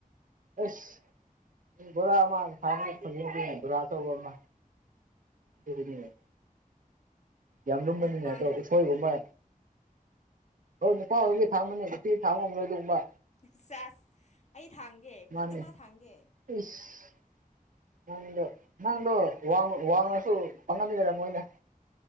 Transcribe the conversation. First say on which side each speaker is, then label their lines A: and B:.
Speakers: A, on the right; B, on the left.
A: ꯑꯁ ꯕꯣꯔꯥ <unintelligible> ꯕꯣꯔ ꯑꯆꯧꯕ ꯑꯃ ꯑꯗꯨꯒꯤꯅꯦ ꯌꯥꯝ ꯂꯨꯝꯕꯅꯤꯅ
B: ꯅꯨꯄꯥꯅꯦ
A: ꯑꯗꯣ
B: ꯀꯩꯅꯣ
A: ꯎꯁꯣꯏꯒꯨꯝꯕ꯫ ꯅꯨꯄꯥ ꯑꯣꯏꯕꯒꯤ ꯊꯥꯡꯕꯅꯦ ꯅꯨꯄꯤ ꯊꯥꯡꯕ ꯉꯝ ꯅꯣꯏ ꯑꯗꯨꯒꯨꯝꯕ
B: ꯁꯦꯁ ꯑꯩ ꯊꯥꯡꯒꯦ
A: ꯃꯥꯅꯦ
B: ꯈꯨꯠ ꯑꯃ ꯊꯥꯡꯒꯦ꯫
A: ꯏꯁ꯫ ꯅꯪꯗꯣ ꯅꯪꯗꯣ ꯋꯥꯡꯉꯁꯨ ꯐꯥꯡꯍꯟꯈꯤ ꯃꯣꯏꯗ